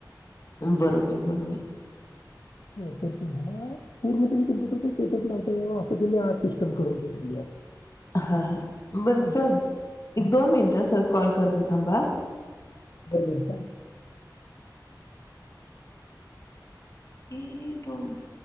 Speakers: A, on the left; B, on the left.
A: बरोबर बरोबर
B: तर तेव्हा ना पूर्ण तेनी कम्प्युटरचा सेटअप लावता यावा असं त्याने आर्टिस्ट कामं करून ठेवलेली आहे.
A: हा हा बरसं
B: हा,
A: एक
B: हा.
A: दोन मिनिट हं सर कॉल करते थांबा
B: बरं बरं काय
A: हे डोन्ट